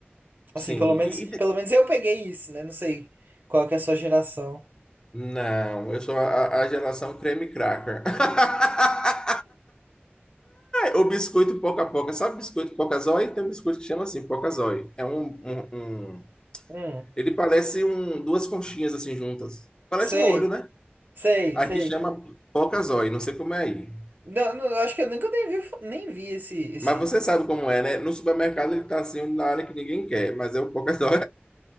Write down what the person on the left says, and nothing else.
Sim.
E- e te-
não, eu sou a, a geração creme cracker. <laughs> O biscoito poca poca, sabe biscoito poca zói? Tem um biscoito que chama assim, poca zói. É um, um, um-
ele parece um duas conchinhas assim juntas. Parece
um olho, né?
Aqui
chama poca zói, não sei como é aí.
Mas você sabe como é, né? No supermercado ele tá assim na área que ninguém quer, mas é o poca zói.